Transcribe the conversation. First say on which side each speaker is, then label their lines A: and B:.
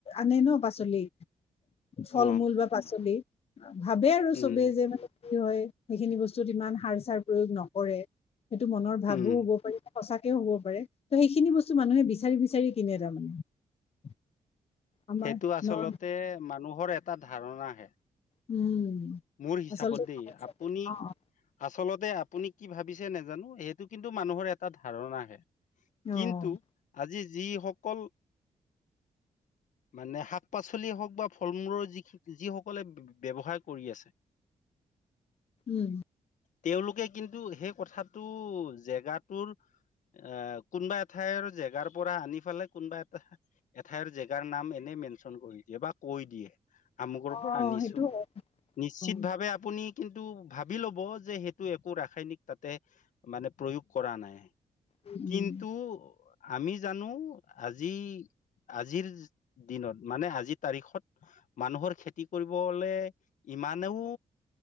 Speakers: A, on the left; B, on the left.
A: আনে ন বা পাচলি, ফল
B: অ
A: মূল বা পাচলি। ভাবে আৰু
B: উম
A: চবেই যে মানে কি হয় সেইখিনি বস্তুত ইমান সাৰ চাৰ প্ৰয়োগ নকৰে। সেইটো মনৰ ভাবোঁ
B: উম
A: হব পাৰি। সঁচাকেওহ'ব পাৰে, ত' সেইখিনি বস্তু মানুহে বিচাৰি বিচাৰি কিনে তাৰমানে। আমাৰ
B: সেইটো আচলতে
A: ন
B: মানুহৰ এটা ধাৰণা হে।
A: উম,
B: মোৰ হিচাপত
A: আচলতে
B: দে, আপুনি,
A: অ অ
B: আচলতে আপুনি কি ভাবিছে নাজানোঁ সে টো কিন্তু মানুহৰ এটা ধাৰণাহে,
A: অ
B: কিন্তু আজি যিসকল মানে শাক পাচলি হওক বা ফল মূলৰ যি-যিসকলে ব্যৱসায় কৰি আছে।
A: উম,
B: তেওঁলোকে কিন্তু সেই কথাটো জেগাটোৰ অ', কোনোবা এঠাইৰ জেগাৰ পৰা আনি ফালে কোনোবা এটা এঠাইৰ জেগাৰ নাম এনে মেনচন কৰি দিয়ে বা কৈ দিয়ে, আমুকৰ
A: অ
B: পৰা আনিছোঁ।
A: সেইটো হয় অ
B: চিত ভাৱে আপুনি কিন্তু ভাবি ল'ব যে সেইটো একো ৰাসায়নিক তাতে মানে প্ৰয়োগ কৰা নাই,
A: উম
B: কিন্তু আমি জানো আজি আজিৰ দিনত মানে আজিৰ তাৰিখত মানুহৰ খেতি কৰিবলে ইমানেও